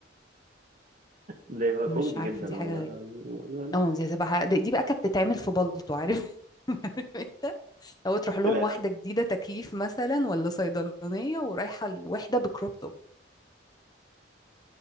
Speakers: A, on the right (about 45°); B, on the left (about 20°).
A: ده يبقى
B: مش
A: كوميدي
B: عارفة
A: جدا
B: دي حاجة
A: والله
B: غريبة
A: العظيم
B: اه دي هتبقى حاجة- دي دي بقى كانت تتعمل في بلطو عارف <laughs> انت لو تروح لهم
A: لا
B: واحدة جديدة تكليف مثلا ولا صيدلانية ورايحة الوحدة بكروب توب